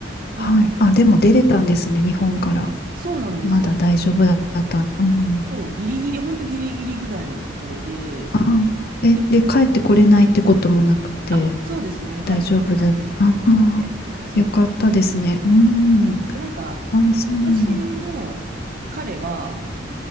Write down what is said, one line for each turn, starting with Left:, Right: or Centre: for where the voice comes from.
Left: はい。
Right: なんか、
Left: あ、でも出れたんですね、日本から。
Right: あ、そうなんですよ。
Left: まだ大丈夫だった。うん。
Right: そう、ギリギリ、本当ギリギリぐらいのところで、
Left: ああ、え、
Right: で、
Left: で、帰ってこれないってこともなくて、
Right: うん、あ、そうですね、
Left: 大丈夫だった。
Right: 帰ってこれないってこともなくて、
Left: ああ、
Right: そう。
Left: よかったですね。
Right: うん
Left: うん。
Right: で、なんか、
Left: ああ、そうなんだ。
Right: 私の彼は、